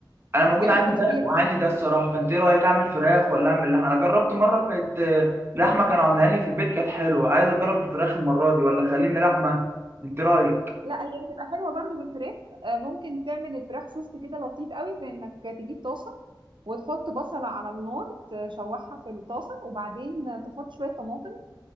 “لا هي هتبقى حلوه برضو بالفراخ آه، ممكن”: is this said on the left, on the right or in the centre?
Right